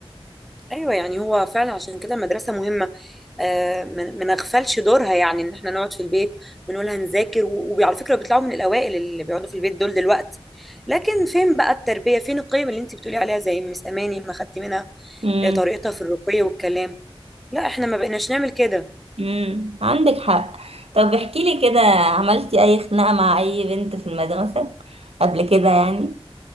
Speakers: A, in the centre; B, on the right.
A: ايوه يعني هو فعلا عشان كده المدرسه مهمه آه، ما ما نغفلش دورها يعني ان احنا نقعد في البيت ونقول هنذاكر و- وعلى فكره بيطلعوا من الاوائل اللي بيقعدوا في البيت دول دلوقتي لكن فين بقى التربيه فين القيم اللي انت بتقولي عليها زي مس اماني ما خدت منها
B: امم
A: آه، طريقتها في الرقي والكلام لا احنا ما بقيناش نعمل كده
B: امم عندك حق طب احكي لي كده عملتي اي خناقه مع اي بنت في المدرسه قبل كده يعني